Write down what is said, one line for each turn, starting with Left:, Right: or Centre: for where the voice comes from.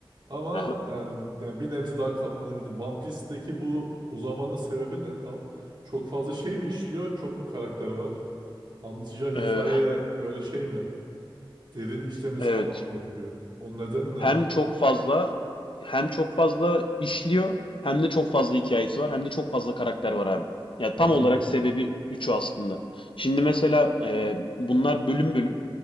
Right: Ama
Left: Aha.
Right: yani yani bir nebze daha katlanabildim. One Piece'teki bu uzamanın sebebi ne tam? Çok fazla şey mi işliyor? Çok mu karakter var? Anlatacağı hikaye
Left: Ee,
Right: böyle şey mi? Derin işlemesi
Left: evet.
Right: falan mı gerekiyor? O neden ne?
Left: Hem çok fazla hem çok fazla işliyor hem de çok fazla hikayesi var hem de çok fazla karakter var abi. Yani
Right: Hmm.
Left: tam olarak sebebi üçü aslında. Şimdi mesela e, bunlar bölüm bölüm